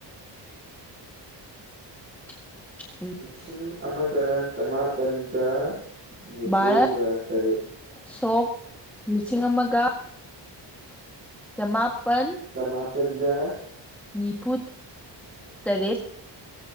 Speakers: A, in the centre; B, on the right (about 30°).
A: <unintelligible>
B: ꯂꯤꯁꯤꯡ ꯑꯃꯒ ꯆꯃꯥꯄꯟꯒ ꯅꯤꯐꯨꯒ
A: ꯚꯥꯔꯠ
B: ꯇꯔꯦꯠ
A: ꯁꯣꯛ ꯂꯤꯁꯤꯡ ꯑꯃꯒ ꯆꯃꯥꯄꯟ
B: ꯆꯃꯥꯄꯟꯒ
A: ꯅꯤꯐꯨ ꯇꯔꯦꯠ